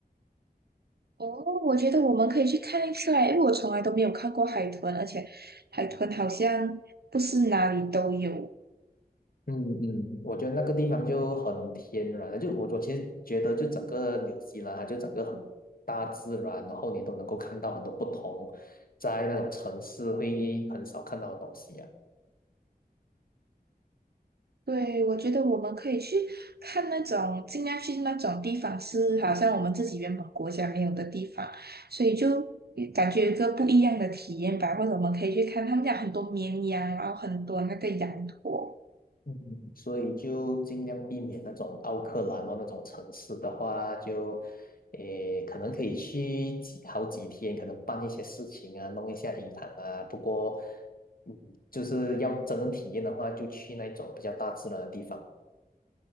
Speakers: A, on the right (about 80°); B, on the left (about 65°).
A: 哦，我觉得我们可以去看一下，因为我从来都没有看过海豚，而且海豚好像不是哪里都有。
B: 嗯嗯，我觉得那个地方就很天然了，就我我其实觉得，就整个纽西兰啊，就整个很大自然，然后你都能够看到很多不同，在那种城市会很少看到的东西啊。
A: 对，我觉得我们可以去看那种，尽量去那种地方是好像我们自己原本国家没有的地方，所以就感觉有一个不一样的体验吧。或者我们可以去看，他们家很多绵羊，然后很多那个羊驼。
B: 嗯，所以就尽量避免那种奥克兰哦那种城市的话，就诶可能可以去几好几天，可能办一些事情啊，弄一下银行啊。不过，嗯，就是要真正体验的话，就去那种比较大自然的地方。